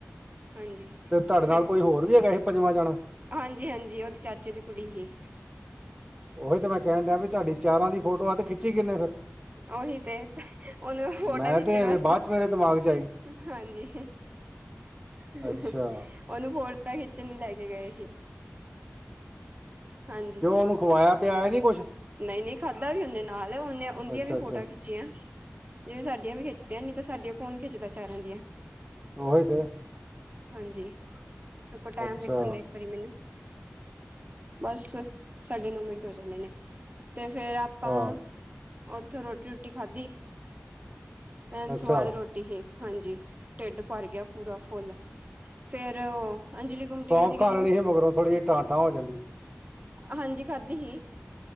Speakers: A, on the right (about 35°); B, on the right (about 20°).
A: ਹਾਂਜੀ।
B: ਤੇ ਤੁਹਾਡੇ
A: ਫਿਰ
B: ਨਾਲ ਕੋਈ ਹੋਰ ਵੀ ਹੈਗਾ ਸੀ ਪੰਜਵਾਂ ਜਾਣਾ?
A: ਹਾਂਜੀ, ਹਾਂਜੀ ਉਹਦੀ ਚਾਚੇ ਦੀ ਕੁੜੀ ਸੀ।
B: ਉਹੀ ਤੇ ਮੈਂ ਕਹਿਣ ਡਿਆਂ ਵੀ ਤੁਹਾਡੀ ਚਾਰਾਂ ਦੀ ਫੋਟੋ ਆ ਤੇ ਖਿੱਚੀ ਕਿੰਨੇ ਫਿਰ?
A: ਉਹੀ ਤੇ ਉਹਨੂੰ ਫੋਟਾਂ
B: ਮੈਂ
A: ਖਿੱਚਣ
B: ਤੇ
A: ਵਾਸਤੇ
B: ਬਾਅਦ ਚ ਮੇਰੇ ਦਿਮਾਗ ਚ ਆਈ
A: ਹਾਂਜੀ। ਉਹਨੂੰ
B: ਅੱਛਾ
A: ਫੋਟੋਆ ਖਿੱਚਣ ਲਈ ਲੈ ਕੇ ਗਏ ਸੀ। ਹਾਂਜੀ
B: ਕਿਉਂ ਉਹਨੂੰ, ਖਵਾਇਆ ਪਿਆਇਆ ਨੀ ਕੁਛ?
A: ਨਹੀਂ ਨਹੀਂ ਖਾਧਾ ਵੀ ਉਹਦੇੇ ਨਾਲ ਉਹਨੇ ਉਹਦੀਆਂ
B: ਅੱਛਾ
A: ਵੀ ਫੋਟੋ
B: ਅੱਛਾ
A: ਖਿੱਚੀਆਂ। ਖਿੱਚੀਆਂ ਜਿਵੇਂ ਸਾਡੀਆਂ ਵੀ ਖਿੱਚਦੀਆਂ ਨੀ ਤਾਂ ਸਾਡੀਆਂ ਕੌਣ ਖਿੱਚਦਾ ਚਾਰਾਂ ਦੀਆਂ।
B: ਉਹ ਹੀ ਤੇ।
A: ਹਾਂਜੀ, ਟਾਈਮ
B: ਅੱਛਾ
A: ਵੇਖਣ ਦਾ ਇੱਕ ਵਾਰੀ ਮੈਨੂੰ ਬਸ, ਸਾਡੇ ਨੌ ਮਿੰਟ ਹੋ ਚੱਲੇ ਨੇ ਤੇ ਫੇਰ ਆਪਾਂ
B: ਆਹ
A: ਓਥੋਂ ਰੋਟੀ ਰੁਟੀ ਖਾਧੀ, ਇਹਨੀ
B: ਅੱਛਾ
A: ਸਵਾਦ ਰੋਟੀ ਸੀ। ਹਾਂਜੀ ਢਿੱਡ ਭਰ ਗਿਆ ਪੂਰਾ ਫੁੱਲ, ਫੇਰ ਉਹ ਅੰਜਲੀ ਗੁਮਟੀ
B: ਸੌਂਫ
A: ਕਹਿੰਦੀ ਕਹਿੰਦੀ
B: ਖਾ ਲੈਣੀ
A: ਮੈਂ
B: ਸੀ ਮਗਰੌ ਥੋੜੀ ਜਿਹੀ ਟਾਂਟਾਂ ਹੋ ਜਾਂਦੀ।
A: ਹਾਂਜੀ ਖਾਧੀ ਸੀ,